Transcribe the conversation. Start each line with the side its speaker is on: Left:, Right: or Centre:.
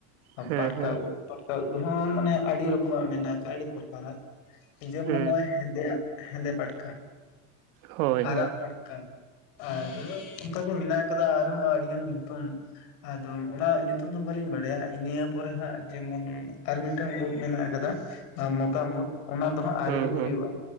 Right: ᱦᱮᱸ
Left: ᱯᱟᱴᱠᱟ
Right: ᱦᱮᱸ
Left: ᱩᱫᱽ ᱯᱟᱴᱠᱟ ᱩᱫᱽ ᱦᱚᱸ ᱢᱟᱱᱮ ᱟᱹᱰᱤ ᱨᱚᱠᱚᱢᱟᱜ ᱢᱮᱱᱟᱜ ᱟᱠᱟᱫᱟ ᱟᱹᱰᱤ ᱯᱨᱚᱠᱟᱨᱟᱜ ᱡᱮᱢᱚᱱ
Right: ᱦᱮᱸ
Left: ᱱᱚᱜᱚᱭ ᱦᱮᱸᱫᱮ ᱭᱟᱜ ᱦᱮᱸᱫᱮ ᱯᱟᱴᱠᱟ
Right: ᱦᱳᱭ
Left: ᱟᱨᱟᱜ
Right: ᱦᱳᱭ
Left: ᱯᱟᱴᱠᱟ ᱟᱨ ᱚᱱᱠᱟᱜᱮ ᱢᱮᱱᱟᱜ ᱟᱠᱟᱫᱟ ᱟᱨᱦᱚᱸ ᱟᱹᱰᱤᱜᱟᱱ ᱧᱩᱛᱩᱢ ᱟᱫᱚ ᱚᱱᱟ ᱧᱩᱛᱩᱢ ᱫᱚ ᱵᱟᱹᱞᱤᱧ ᱵᱟᱲᱟᱭᱟ ᱤᱱᱟᱹ ᱯᱚᱨᱮ ᱦᱟᱸᱜ ᱡᱮᱢᱚᱱ ᱟᱨ ᱢᱤᱫᱴᱟᱝ ᱩᱫᱽ ᱢᱮᱱᱟᱜ ᱟᱠᱟᱫᱟ᱾ ᱟᱨ ᱢᱚᱛᱟᱢ ᱩᱫᱽ ᱚᱱᱟ ᱫᱚ ᱦᱟᱸᱜ ᱟᱹᱭᱨᱤ
Right: ᱦᱮᱸ ᱦᱮᱸ
Left: ᱦᱩᱭᱩᱜᱼᱟ